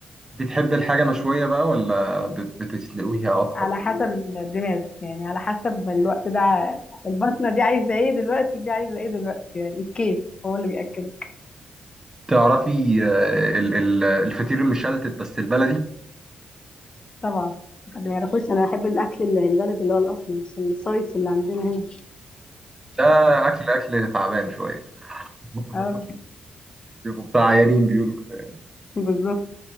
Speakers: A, on the right (about 20°); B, on the left (about 35°).
A: بتحبي الحاجه مشويه بقى ولا بت- بتسلقيها اكتر
B: على حسب الدماغ يعني على حسب الوقت ده البطنة دي عايزة ايه دلوقتي دي عايزة ايه دلوقتي يعني الكيف هو اللي بيأكله
A: تعرفي آه، ال- ال- الفطير المشلتت بس البلدي
B: طبعا ما يعرفوش انا بحب الاكل ال- البلد اللي هو الاصلي مش الصيص اللي عندنا هنا
A: ده اكل اكل تعبان شويه <laughs>
B: اه
A: بيبقوا بتاع عيانين بيقولوا كده
B: بالظبط